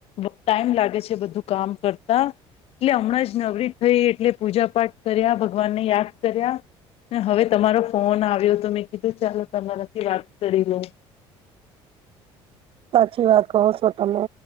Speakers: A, on the left; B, on the right.
A: ટાઈમ લાગે છે બધું કામ કરતા એટલે હમણાં જ નવરી થઈ એટલે પૂજા પાઠ કર્યા ભગવાન ને યાદ કર્યા હવે તમારો ફોન આવ્યો તો મેં કીધું ચાલો તમારાથી વાત કરી લઉં.
B: સાચી વાત કહો છો તમે